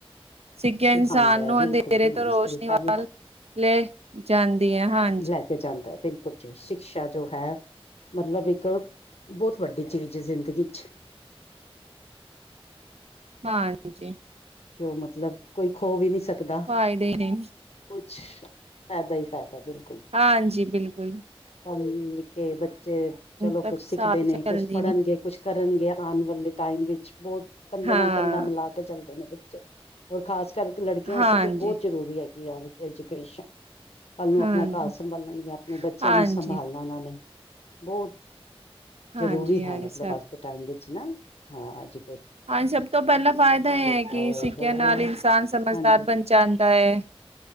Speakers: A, on the right; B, on the left.
A: ਸਿੱਖਿਆ
B: ਸਿਖਾਉਂਦਾ
A: ਇਨਸਾਨ
B: ਹੈ
A: ਨੂੰ
B: ਬਿਲਕੁਲ
A: ਅੰਧੇਰੇ
B: ਜੀ
A: ਤੋਂ ਰੋਸ਼ਨੀ
B: ਇਸ ਤਰੀਕਾ
A: ਵ
B: ਵੀ
A: ਲੈ ਜਾਂਦੀ ਹੈ ਹਾਂ
B: ਲੈ ਕੇ ਜਾਂਦਾ ਹੈ ਬਿਲਕੁਲ ਜੀ ਸ਼ਿਕਸ਼ਾ ਜੋ ਹੈ ਮਤਲਬ ਇੱਕ ਬਹੁਤ ਵੱਡੀ ਚੀਜ਼ ਹੈ ਜ਼ਿੰਦਗੀ ਚ
A: ਹਾਂ ਾਂ ਜੀ
B: ਜੋ ਮੱਤਲਬ ਕੋਈ ਖੋ ਵੀ ਨਹੀਂ ਸਕਦਾ
A: ਫਾਇਦੇ ਨੇ
B: ਕੁਛ ਫਾਇਦਾ ਹੀ ਫਾਇਦਾ ਬਿਲਕੁੱਲ
A: ਹਾਂਜੀ ਬਿਲਕੁੱਲ ‌
B: ਪੜ੍ਹ ਲਿੱਖ ਕੇ ਬੱਚੇ ਚਲੋ
A: ਤੱਕ
B: ਕੁਛ ਸਿੱਖਦੇ
A: ਸਾਥ
B: ਨੇ
A: ਚੱਲਦੀ
B: ਕੁੱਛ ਪੜ੍ਹਨਗੇ
A: ਨੀ
B: ਕੁੱਛ ਕਰਨਗੇ ਆਉਣ ਵਾਲੇ ਟਾਈਮ ਵਿੱਚ ਬਹੁਤ ਕੰਧੇ
A: ਹਾਂ।
B: ਨਾਲ ਕੰਧਾ ਮਿਲਾ ਕੇ ਚੱਲਦੇ ਨੇ ਬੇ ਹੋਰ ਖਾਸ ਕਰਕੇ ਲੜਕੀਆਂ
A: ਹਾਂਜੀ,
B: ਉਸ ਤੇ ਬਹੁਤ ਜ਼ਰੂਰੀ ਹੈਗੀ ਆ ਐਜੂਕੇਸ਼ਨ ਕੱਲ ਨੂੰ
A: ਹਾਂਜੀ,
B: ਆਪਣਾ ਘਰ ਸੰਭਾਲਣਗ ਆਪਣੇ ਬੱਚਿਆਂ
A: ਹਾਂਜੀ,
B: ਨੂੰ ਸੰਭਾਲਣਾ ਉਹਨਾਂ ਨੇ ਬਹੁਤ
A: ਹਾਂਜੀ,
B: ਜ਼ਰੂਰੀ ਹੈ
A: ਹਾਂਜੀ
B: ਮਤਲਬ
A: ਸਭ
B: ਅੱਜ ਦੇ ਟਾਈਮ ਵਿੱਚ ਨਾ ਹਾਂ ਅੱਜ
A: ਹਾਂਜੀ ਸਭ ਤੋਂ ਪਹਿਲਾਂ ਫਾਇਦਾ ਇਹ ਹੈ
B: ਪਾਓ
A: ਕਿ ਸਿੱਖਿਆ
B: ਹੋ
A: ਨਾਲ ਇਨਸਾਨ ਸਮਝਦਾਰ
B: ਹਾਂਜੀ
A: ਬਣ ਜਾਂਦਾ ਹੈ